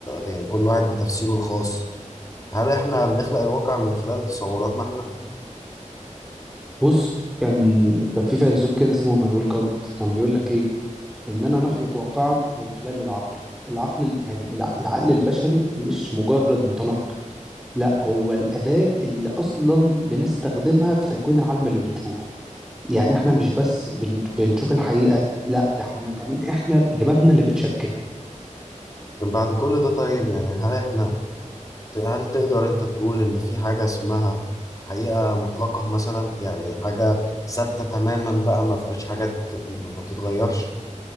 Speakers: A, on the left (about 25°); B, in the centre.
A: يعني كل واحد بتفسيره الخاص هل احنا بنخلق الواقع من خلال تصوراتنا احنا؟
B: بص كان كان في فيلسوف كده اسمه مانويل كانت كان بيقول لك ايه اننا نخلق واقعا من خلال العقل العقل يعني الع- العقل البشري مش مجرد متلقي لا هو الاداه اللي اصلا بنستخدمها في تكوين العالم اللي بنشوفه يعني احنا مش بس بن- بنشوف الحقيقه لا ده احنا كمان احنا دماغنا اللي بتشكلها
A: لكن بعد كل ده طيب يعني هل احنا هل تقدر انت تقول ان في حاجة اسمها حقيقة مطلقة مثلا يعني حاجة ثابتة تماما بقى ما فيهاش حاجات ما بتتغيرش